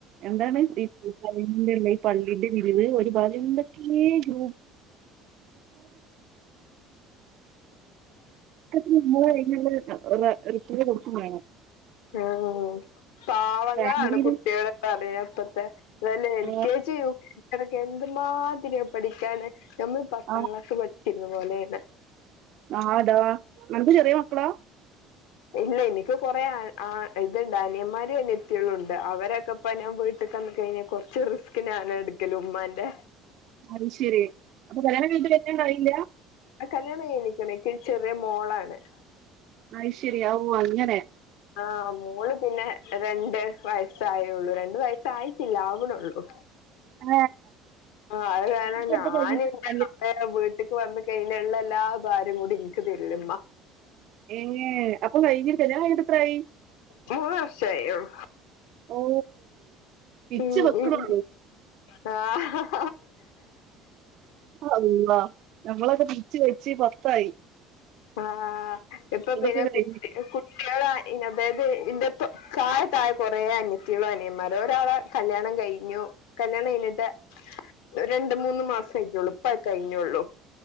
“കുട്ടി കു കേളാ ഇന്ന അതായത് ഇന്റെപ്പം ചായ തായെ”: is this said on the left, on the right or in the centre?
Left